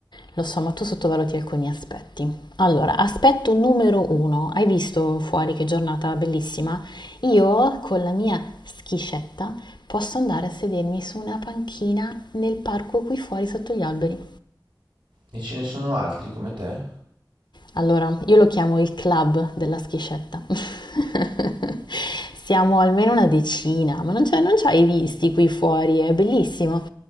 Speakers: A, on the left (about 70°); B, on the right (about 85°).
A: Lo so, ma tu sottovaluti alcuni aspetti. Allora, aspetto numero uno. Hai visto fuori che giornata bellissima? Io con la mia schiscetta posso andare a sedermi su una panchina nel parco qui fuori sotto gli alberi.
B: E ce ne sono altri come te?
A: Allora, io lo chiamo il club della schiscetta. <laughs> Siamo almeno una decina, ma non ci non ci hai visti qui fuori, è bellissimo.